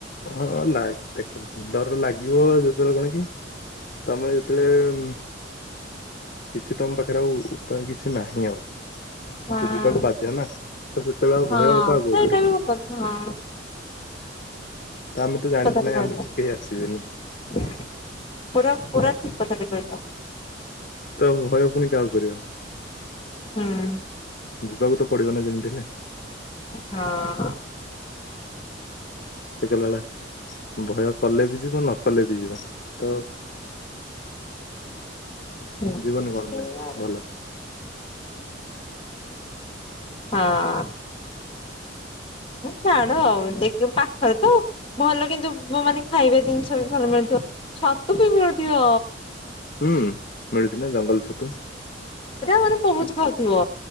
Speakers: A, on the left (about 50°); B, on the left (about 30°).
A: ହଁ ଲାଗ ଦେଖ ଡର ଲାଗେ ଯୋ ଯେତେବେଳେ କଣ କି ତମେ? ଯେତେବେଳେ କିଛି ତମ ପାଖରେ ଆଉ ଉପାୟ କିଛି ନାହିଁ ଆଉ।
B: ହଁ
A: ତୁ ଯିବାକୁ ବାଧ୍ୟ ନା। ତ ସେତେବେଳେ ଆଉ
B: ହଁ
A: ଭୟ ଆଉ କାହାକୁ
B: ସେଇଟା।
A: ଆଉ କରିବ।
B: ଭି ପ୍ରଥମ
A: ତ ଆମେ ତ ଜାଣିଛୁ
B: କଥା
A: ନାହିଁ
B: ଟିଲ
A: ଆମ ପଛକୁ କେହି ଆସିବେନି।
B: ପୁରା ପୁରା ଠିକ କଥାଟେ କହିଲ
A: ତ ଭୟ ପୁଣି କାହାକୁ କରିବ
B: ହମ୍।
A: ଯିବାକୁ ତ ପଡିବ ନା ଯେମିତି ହେଲେ।
B: ହଁ।
A: <inaudible> ଭୟ କଲେ ବି ଯିବ ନ କଲେ ବି ଯିବ ତ
B: ହୁଁ
A: ଯିବନି। କଣ?
B: ସେଇଆ
A: ଭ
B: ଆଉ।
A: ଭଲରେ
B: ହଁ। ତ ଛାଡ ଆଉ ଦେଖିବା। ପାଖରେ ତ ଭଲ କିନ୍ତୁ ମୋ ମାନେ ଖାଇବା ଜିନିଷ ବି ଭଲ ମିଳୁଥିବ ଛତୁ ବି ମିଳୁଥିବ।
A: ହମ୍ ମିଳୁଛି ନା ଜଙ୍ଗଲ ଛତୁ।
B: ସେଟା ମାନେ ବହୁତ ଖାଉଥିବ।